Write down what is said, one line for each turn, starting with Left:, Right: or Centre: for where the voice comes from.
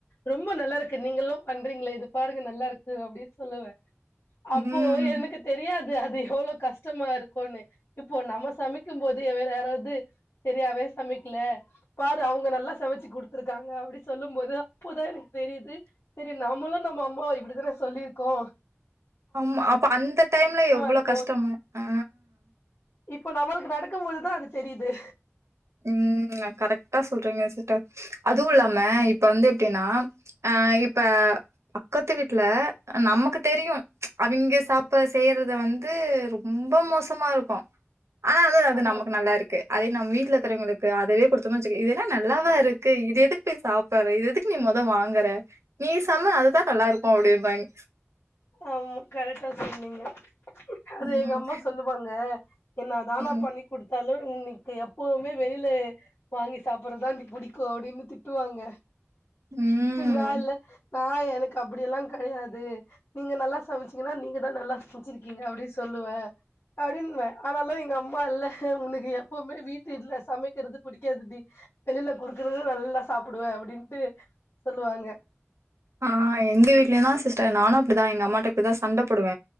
Left: ரொம்ப ரொம்ப நல்லா இருக்கு நீங்களு பண்றீங்களே இது பாருங்க நல்லா இருக்கு அப்டின்னு சொல்லுவ அப்போ
Right: ம்.
Left: எனக்கு தெரியாது அ து எவ்ளோ கஷ்டமா இருக்குன்னு இப்போ நம்ம சமைக்கும் போது வேற யாராவது செரியாவே சமைக்கில பாரு அவங்க நல்லா சமச்சு குடுத்துருக்காங்க அப்டி சொல்லும் போது அப்போதா எனக் தெரிது செரி நம்மளு நம்ம அம்மாவ இப்டித்தான சொல்லிர்கோ
Right: ஆம்மா அப்ப அந்த டைம்ல எவ்ளோ
Left: இருக்கும்
Right: கஷ்டம ஆ
Left: இப்போ நம்மளுக்கு நடக்கு போதுதா அது தெரிது
Right: உம் கரெக்டா சொல்றீங்க சிஸ்டர் அதுவு இல்லாம இப்ப வந்து எப்டின்னா அ இப்ப பக்கத்து வீட்ல நமக்கு தெரியு அவிங்க சாப்ப செய்யறத வந்து ரொம்ப மோசமா இருக்கு ஆனா வந்து அது
Left: ஆமா
Right: நமக்கு நல்லா இருக்கு அதையு நம்ம வீட்ல க்கிறவங்களுக்கு அதவே குடுத்தோன வெச்சிக இதெல்லா நல்லாவா இருக்கு இது எதுக் போய் சாப்பற இது எது நீ மொத வாங்கற நீ செம அதுதா நல்லா இருக்கு அப்டிபாங்க
Left: ஆமா கரெக்டா சொன்னீங்க அது
Right: ம்
Left: எங்க அம்மா சொல்லுவாங்க என்னா தா நா
Right: ம்
Left: பண்ணி குடுத்தாலு இன்னைக் கி எப்போமே வெளில வாங்கி சாப்பறது தான்டி புடிக்கு அப்டின்னு திட்டுவாங்க
Right: ம்
Left: நா இல்ல நா எனக்கு அப்டி எல்லா கெடையாது நீங்க நல்லா சமச்சீங்கன்னா நீங்க தா நல்லா சமச்சிருக்கீங்க அப்டின்னு சொல்லுவ அப்டின்வே ஆனாலு எங்க அம்மா இல்ல உனக்கு எப்பவுமே வீட்டில்ல சமைக்கிறது புடிக்காதுடி வெளில குடுக்குறது நல்லா சாப்புடுவ அப்டின்ட்டு சொல்லுவாங்க
Right: ஆஹ் எங்க வீட்லயு தா சிஸ்டர் நானு அப்டிதா எங்க அம்மாட்ட இப்டிதா சண்ட போடுவ